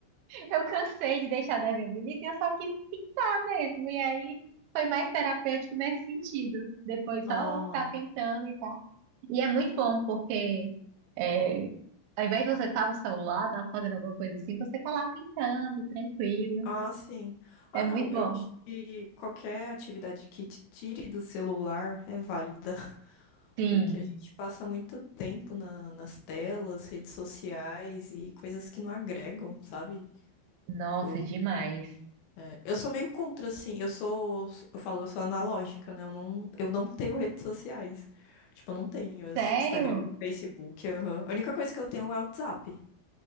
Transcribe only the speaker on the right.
Eu cansei de deixar o desenho bonito e eu só quis pintar mesmo. E aí foi mais terapêutico nesse sentido. Depois só
ficar pintando e tal. E é muito bom porque é, ao invés de você estar no celular, estar fazendo alguma coisa assim, você tá lá pintando, tranquila.
É
muito
bom.
Sim.
Nossa,
demais.
Sério?